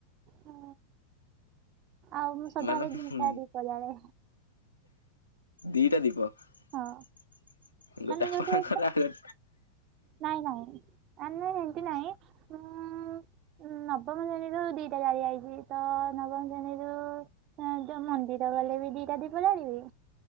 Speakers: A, on the right (about 35°); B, on the left (about 80°).
A: ହଁ ଆଉ ମୁଁ ସଦାବେଳେ
B: ମାନେ
A: ଦିଟା
B: ହୁଁ
A: ଦୀପ ଜାଳେ।
B: ଦିଟା ଦୀପ ଗୋଟେ
A: ହଁ ମାନେ
B: ଆପଣଙ୍କର,
A: ଯୋଉଠି
B: ଆଉ ଗ
A: ନାଇଁ ନାଇଁ ମାନେ ଏମିତି ନାଇଁଁ। ମୁଁ ଉମ ନବମ ଶ୍ରେଣୀରୁ ଦିଟା ଜାଳି ଆଇଛି, ତ ନବମ ଶ୍ରେଣୀରୁ ୟେ ଯୋଉ ମନ୍ଦିର ଗଲେ ବି ଦିଟା ଦୀପ ଜାଳିବି।